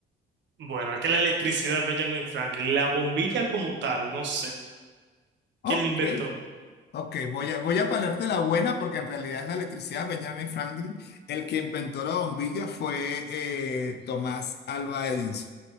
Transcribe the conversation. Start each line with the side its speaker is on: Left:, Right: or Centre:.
Right: bueno, es que la electricidad Benjamin Franklin, la bombilla como tal, no sé.
Left: Ok,
Right: ¿Quién la inventó?
Left: Ok, voy a, voy a palarte la buena porque en realidad es la electricidad. Benjamin Franklin, el que inventó la bombilla fue eh, Tomás Alva Edison.